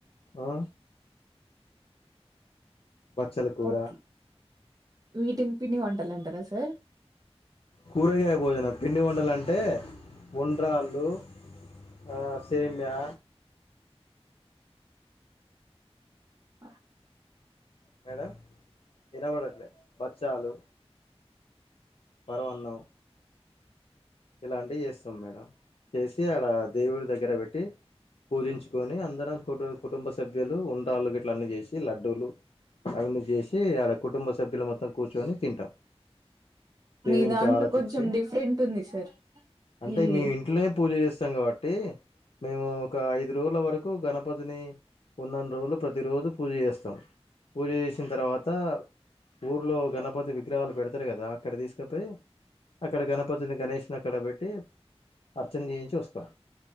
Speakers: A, on the left (about 60°); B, on the right (about 35°).
A: ఆ బచ్చల కూర
B: పొట్ వీటిని పిండి వంటలంటారా సార్
A: కూరగాయ భోజనం పిండి వండలు అంటే వండ్రాళ్ళు ఆ సేమ్యా
B: ఆ
A: మేడం, వినబడట్లే బచ్చాలు పరవన్నం ఇలాంటివి చేస్తాం మేడం, చేసి అడ దేవుడి దగ్గర పెట్టి. పూజించుకొని అందరం కుట్ కుటుంబ సభ్యులు ఉండళ్లు, గట్లన్నీ చేసి లడ్డూలు. అవన్నీ చేసి ఆడా కుటుంబ సభ్యులు మొత్తం కూర్చొని తింటాం. దేవునికి
B: మీ దాంట్లో
A: ఆరతిచ్చి
B: కొంచెం డిఫరెంట్ ఉంది. సార్
A: అంటే
B: ఇది
A: మేము ఇంట్లోనే, పూజ చేస్తాం కాబట్టి. మేము ఒక ఐదు రోజుల, వరకు గణపతిని. ఉన్నన్ని రోజులు ప్రతిరోజు పూజ చేస్తాం, పూజ చేసిన తర్వాత, ఊర్లో గణపతి విగ్రహాలు పెడతారు కదా అక్కడ తీసుకపోయి అక్కడ గణపతిని గణేష్. అక్కడ పెట్టి అర్చన చేయించి వస్తాం.